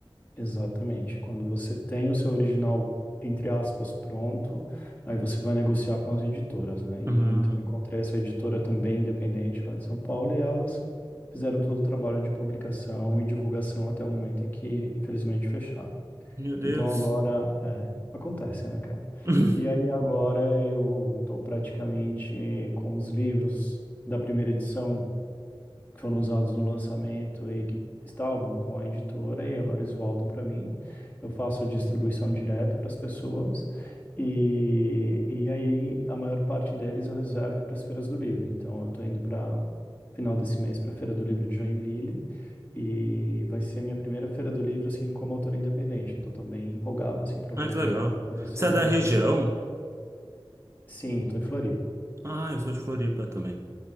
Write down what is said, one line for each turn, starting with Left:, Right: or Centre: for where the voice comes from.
Left: Exatamente. Quando você tem o seu original, entre aspas, pronto, aí você vai negociar com as editoras, né? E
Right: Ah,
Left: aí, então eu encontrei essa editora também independente lá de São Paulo e elas fizeram todo o trabalho de publicação e divulgação até o momento em que, infelizmente, fecharam.
Right: meu Deus.
Left: Então agora, é, acontece, né, cara?
Right: <laughs>
Left: E aí agora eu tô praticamente com os livros da primeira edição que foram usados no lançamento e que estavam com a editora e agora eles voltam para mim. Eu faço distribuição direta para as pessoas e, e aí a maior parte deles eu reservo para as feiras do livro. Então eu estou indo para final desse mês para a Feira do Livro de Joinville e vai ser minha primeira Feira do Livro assim como autor independente. Então estou bem empolgado assim para ver
Right: Ah, que legal.
Left: o que que vai acontecer.
Right: Você é da
Left: Então,
Right: região?
Left: sim, estou em Floripa.
Right: Ah, eu sou de Floripa também.